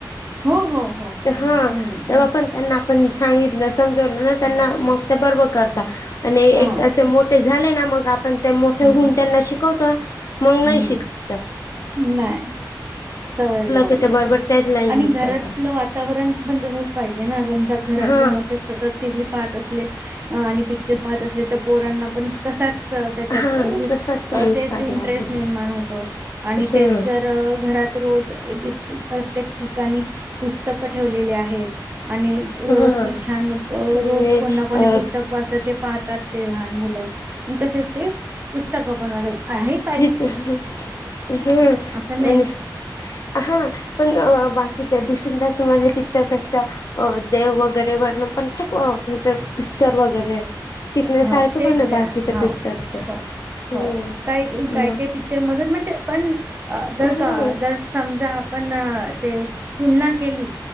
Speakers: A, on the right; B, on the left.
A: हो हो हो
B: हा
A: हम्म
B: तेव्हा पण त्यांना आपण सांगितलं. समजलं ना मग त्यांना
A: हम्म
B: ते बर्ब कर आणि
A: हा
B: असे मोठे झाले ना मग आप पण ते मोठे
A: हम्म
B: होऊन त्यांना शिकवतो. मग नाही
A: हम्म
B: शिकवत.
A: नाही सवय लावलेल
B: की ते बरोबर त्याच लाईनीत
A: आणि घरातलं
B: जाता
A: वातावरण पण तसच पाहिजे. समजा घरातले
B: हा
A: मोठे सतत टी व्ही पाहत असले आणि पिक्चर पाहत असले तर पोरांना पण तसाच. स त्याच्यात
B: हा तसाच संस्कार
A: ते जे
B: लागेल
A: निर्माण होतो आणि
B: हम्म
A: तेच जर घरात रोज. एक एक प्रत्येक ठिकाणी पुस्तकं ठेवलेली आहेत. आणि व्यवस्थित
B: हा
A: छान
B: आणि
A: रोज कोणना कोणी
B: अ
A: पुस्तक वाचत ते पाहतात ते लहान मुलं मग तसेच ते पुस्तक पण वात आहेत
B: ह
A: असं नाही.
B: आणि हां पण बाकी त्या दिसूनसून पिक्चरपेक्षा अ देव वगैरे वण पण खूप म्हण पिक्चर वगैरे शिकण्यासारखे
A: हो तेच
B: पण आहे बाकीचे
A: हो
B: पिक्चर तर
A: हो
B: हम्म
A: हो का काय
B: मग
A: काय पिक्चर मधून म्हणजे पण जर
B: ह
A: का जर समजा पण ते तुलना केली